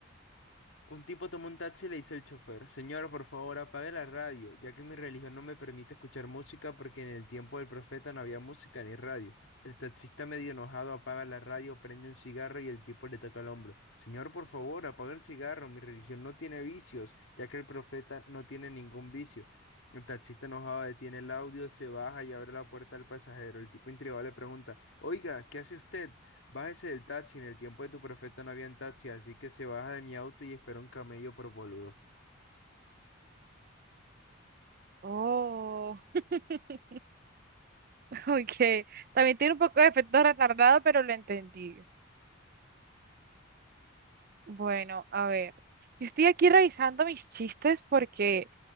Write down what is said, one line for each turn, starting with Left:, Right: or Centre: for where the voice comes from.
Left: Un tipo tomó un taxi y le dice al chofer, Señor, por favor, apague la radio, ya que mi religión no me permite escuchar música porque en el tiempo del profeta no había música ni radio. El taxista medio enojado apaga la radio, prende un cigarro y el tipo le toca el hombro. Señor, por favor, apague el cigarro, mi religión no tiene vicios, ya que el profeta no tiene ningún vicio. El taxista enojado detiene el audio, se baja y abre la puerta al pasajero. El tipo intrigado le pregunta, Oiga, ¿qué hace usted? Bájese del taxi, en el tiempo de tu profeta no había taxi, así que se baja de mi auto y espera un camello por boludo.
Right: Oh, <laughs> ok. También tiene un poco de efecto retardado, pero lo entendí. Bueno, a ver. Yo estoy aquí revisando mis chistes porque...